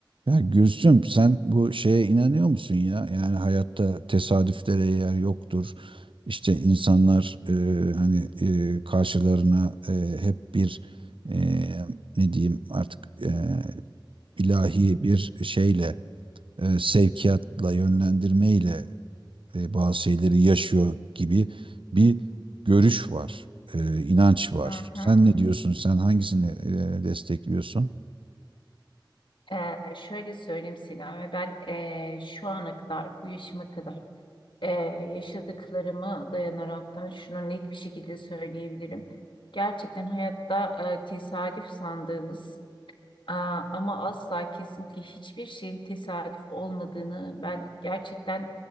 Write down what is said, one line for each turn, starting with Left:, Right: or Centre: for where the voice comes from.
Right: Ya Gülsüm sen bu şeye inanıyor musun ya? Yani hayatta tesadüflere yer yoktur. İşte insanlar e, hani e, karşılarına e, hep bir e, ne diyeyim artık e, ilahi bir şeyle e, sevkiyatla yönlendirmeyle e, bazı şeyleri yaşıyor gibi bir görüş var, e, inanç var.
Left: Hı
Right: Sen
Left: hı.
Right: ne diyorsun? Sen hangisini e, destekliyorsun?
Left: Ee, şöyle söyleyeyim Selami, ben ee, şu ana kadar, bu yaşıma kadar ee, yaşadıklarımı dayanaraktan şunu net bir şekilde söyleyebilirim. Gerçekten hayatta ee, tesadüf sandığımız Aa, ama asla kesinlikle hiçbir şeyin tesadüf olmadığını ben gerçekten